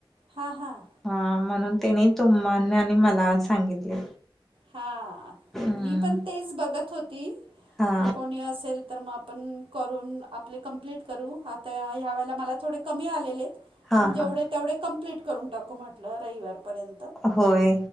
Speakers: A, on the right; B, in the centre.
A: हा हां.
B: हा म्हणून तेने, तुमनी आणि मला सांगितले.
A: हां,
B: हम्म
A: मी पण तेच बघत होती,
B: हा
A: की कोणी असेल तर म आपण करून, आपले कमप्लीट करू, आता ह्या वेळेला मला, थोडे कमी आलेले येत.
B: हा
A: पण जेवढे,
B: हा
A: तेवढे कंप्लीट करून टाकू म्हटलं, रविवारपर्यं
B: होय,